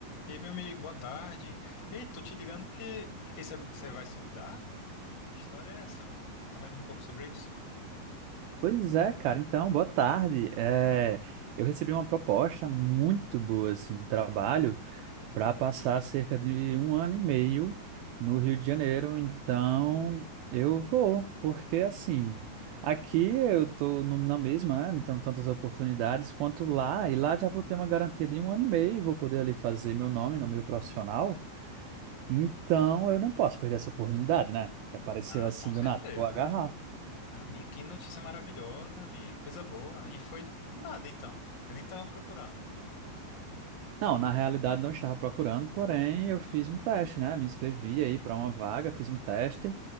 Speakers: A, on the left; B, on the right.
A: E aí, meu amigo, boa tarde. Ei, tô te ligando porque fiquei sabendo que você vai se mudar. Que história é essa? Me conta mais um pouco sobre isso.
B: Pois é, cara. Então, boa tarde. É, eu recebi uma proposta muito boa assim, de trabalho para passar cerca de um ano e meio no Rio de Janeiro. Então, eu vou, porque assim, aqui eu estou na mesma, né, não tenho tantas oportunidades quanto lá, e lá já vou ter uma garantia de um ano e meio, vou poder ali fazer meu nome no meio profissional. Então, eu não posso perder essa oportunidade, né? Que apareceu
A: Ah,
B: assim
A: com certeza.
B: do nada. Vou agarrar.
A: Ah, amigo, que notícia maravilhosa, amigo. Coisa boa. E foi do nada, então. Eu nem tava procurando.
B: Não, na realidade não estava procurando, porém eu fiz um teste, né? Me inscrevi aí para uma vaga, fiz um teste